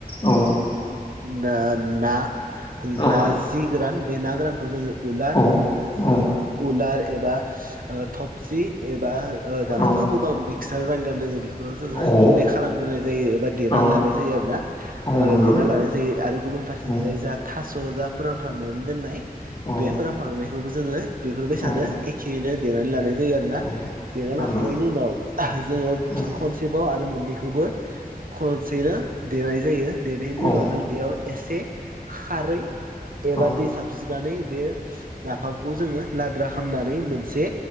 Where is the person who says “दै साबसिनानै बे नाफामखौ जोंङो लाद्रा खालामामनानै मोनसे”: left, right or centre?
Right